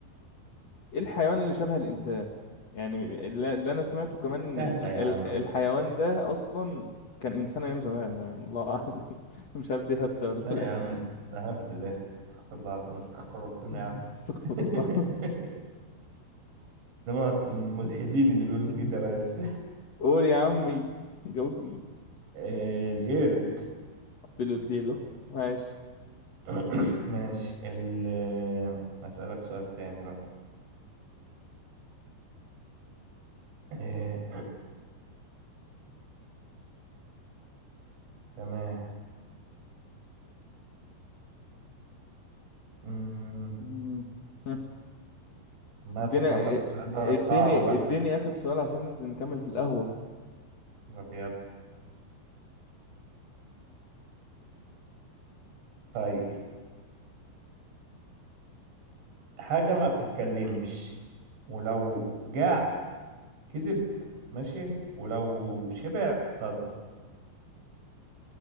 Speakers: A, on the left; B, on the right.
A: ايه الحيوان اللي شبه الانسان يعني اللي اللي انا سمعته
B: <coughs>
A: كمان
B: دي
A: ان
B: سهلة
A: ال- ال-
B: يا عم
A: الحيوان ده اصلا كان انسان ايام زمان يعني الله اعلم <laughs> مش عارف دي هبدة ولا
B: لا
A: لا
B: يا عم ده هبد ده استغفر الله العظيم استغفر ربنا
A: <laughs>
B: يا عم
A: استغفر
B: <laughs>
A: الله
B: انما الملحدين اللي بيقولوا
A: <laughs>
B: كده بس
A: قول يا عمي جاوبني
B: <laughs> آه، القرد
A: بيلو اديله ماشي
B: <coughs> ماشي ال هسألك سؤال تاني بقى آه، <coughs> تمام أمم،
A: مم. <laughs>
B: ما
A: اديني
B: افكر لك في سؤال بقى صعب
A: اديني
B: بقى
A: اديني اخر سؤال عشان ننزل نكمل في القهوة
B: طب يلا طيب حاجة ما بتتكلمش ولو جاع كذب ماشي ولو شبع صدق